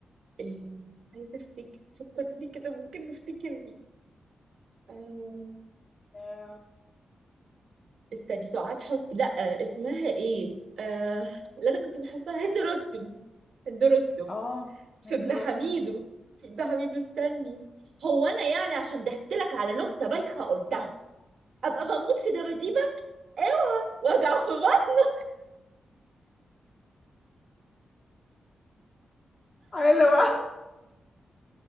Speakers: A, on the right (about 65°); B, on the left (about 35°).
A: آه عايزة افتكر فكرني لي كده ممكن نفتكر مين آه
B: اه
A: استني سعاد حسني لا آه اسمها ايه آه اللي انا كنت بحبها هند رستم هند رستم
B: آه،
A: في
B: هند
A: ابن
B: رستم
A: حميدو في ابن حميدو استني هو انا يعني عشان ضحكت لك على نكتة بايخة قلتها ابقى بموت في دباديبك اوعى وجع في بطن
B: حلوة